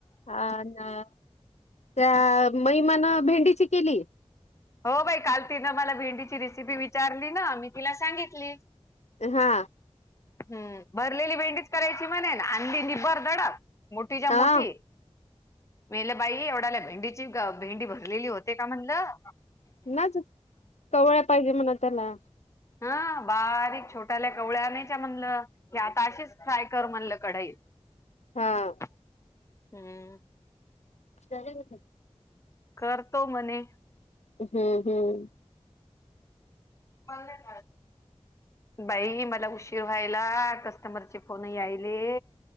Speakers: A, on the left; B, on the left.
A: अ त्या महिमान भेंडीची केली.
B: हो बाई काल तिनं मला भेंडीची रेसिपी विचारली ना मी तिला सांगितली
A: हा
B: हम्म भरलेली भेंडीच करायची म्हणे ना आंधी निबर धडक मोठी ज्या
A: हा
B: मोठी मील बाई एवढाला भेंडीची भेंडी भरलेली होते का म्हणलं
A: नाच कवळ्या पाहिजे म्हणा त्याला.
B: हं बारीक छोट्याल्या कवळ्या आणायच्या म्हणलं. कि आता असेच फ्राय कर म्हणलं कढईत
A: हा
B: हम्म
A: सर.
B: करतो म्हणे.
A: हम्म हम्म.
B: पल्ले ना <unintelligible> बाई मला उशीर व्हायला कस्टमरचे फोन यायले.